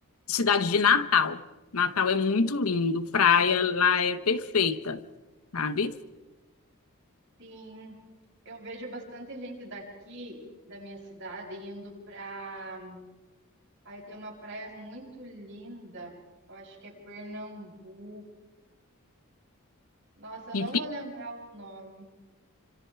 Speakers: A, on the left; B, on the right.
A: cidade de Natal. Natal é muito lindo, praia lá é perfeita, sabe?
B: Sim. Eu vejo bastante gente daqui da minha cidade indo pra. Aí tem uma praia muito linda. Eu acho que é Pernambuco. Nossa, eu não
A: Em Pi-
B: vou lembrar o nome,